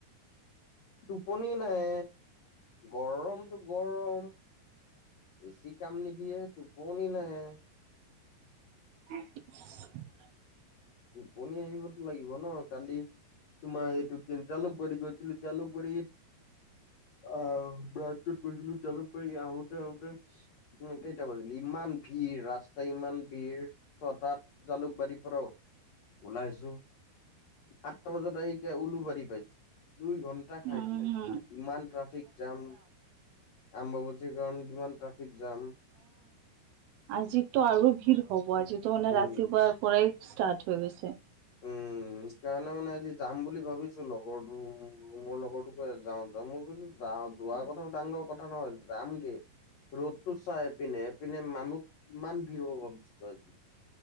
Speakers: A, on the left (about 70°); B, on the right (about 75°).
A: টোপনি নাই গৰমটো গৰম বেছি কাম নিদিয়ে টোপনি নাহে
B: উ
A: টোপনি আহিবতো লাগিব ন। কালি তোমাৰ এইটো যে জালুকবাৰী গৈছিলো জালুকবাৰী আহ ৰাজত গৈছিলো জালুকবাৰী আহোতে আহোতে কেইটা বাজিলি ইমান ভি ভিৰ ৰাস্তা ইমান ভিৰ ছটাত জালুকবাৰীৰ পৰা ওলাইছো আঠটা বজাত আহি উওলো বাৰি পাইছে দুই ঘন্টা খাই
B: উম
A: দিলে ইমান ট্ৰাফিক জাম। আম্বাবছীৰ কাৰণ কিমান ট্ৰাফিক জাম।
B: আজিটো আৰু ভিৰ হব আজিটো মানে
A: উম।
B: ৰাতিপুৱাৰ পৰাই ষ্টাৰ্ট হৈ গৈছে।
A: উম। সেই কাৰণে মানে আজি যাম বুলি ভাবিছো লগৰটো মোৰ লগৰটোকো যাওঁ যাম বুলি যাওঁ যোৱা কথাটো ডাঙৰ কথা নহয় যাম গে ৰ'দতটো চাইপিনে এপিনে মানুহ কিমান ভিৰ হ'ব ভাবিছো আজি।